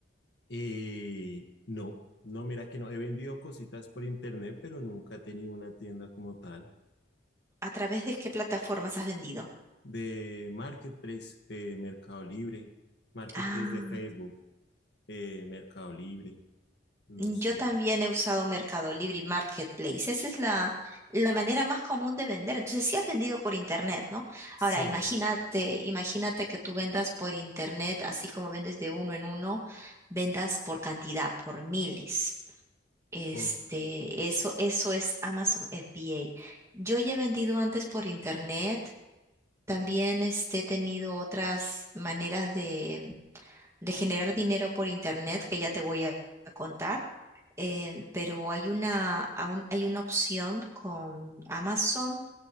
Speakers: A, on the left (about 65°); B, on the right (about 15°).
A: Y no, no, mira que no, he vendido cositas por internet, pero nunca he tenido una tienda como tal
B: ¿A través de qué plataformas has vendido?
A: de Marketplace, de Mercado Libre, Marketplace
B: Ah.
A: de Facebook. eh, Mercado Libre, no
B: Mm,
A: sé.
B: Yo también he usado Mercado Libre y Marketplace. Esa es la, la manera más común de vender. Entonces, si has vendido por internet, ¿no?
A: Sí,
B: Ahora, imagínate, imagínate que tú vendas por internet, así como vendes de uno en uno, vendas por cantidad, por miles. Este,
A: o,
B: eso, eso es Amazon FBA. Yo ya he vendido antes por internet. También este, he tenido otras maneras de, de generar dinero por internet que ya te voy a a contar eh, pero hay una, aún hay una opción con Amazon.